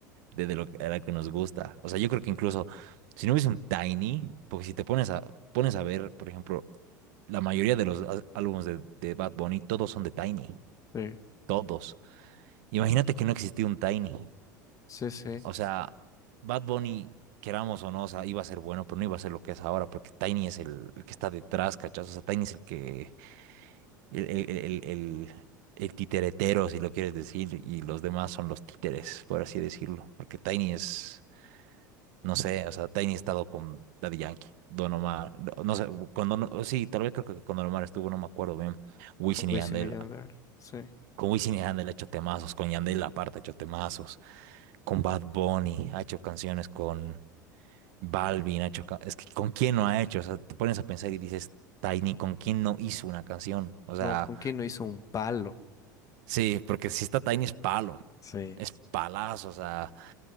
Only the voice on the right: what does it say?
de, de lo que, a la que nos gusta, o sea, yo creo que incluso si no hubiese un Tiny, porque si te pones a, pones a ver, por ejemplo, la mayoría de los á- álbumes de, de Bad Bunny, todos son de Tiny,
todos. Imagínate que no existía un Tiny.
O sea, Bad Bunny, queramos o no, o sea, iba a ser bueno, pero no iba a ser lo que es ahora, porque Tiny es el, el que está detrás, ¿cachas? O sea, Tiny es el que, el, el, el, el- el titeretero, si lo quieres decir, y los demás son los títeres, por así decirlo. Porque Tiny es, no sé, o sea, Tiny ha estado con Daddy Yankee, Don Omar, no, no sé, con Don, sí, tal vez creo que con Don Omar estuvo, no me acuerdo bien. Wisin y
Yandel,
con Wisin y Yandel ha hecho temazos, con Yandel aparte ha hecho temazos. con Bad Bunny, ha hecho canciones con Balvin, ha hecho... ca- Es que ¿con quién no ha hecho? O sea, te pones a pensar y dices, Tiny, ¿con quién no hizo una canción? O sea,
sí, porque si está Tiny es palo,
es palazo, o sea...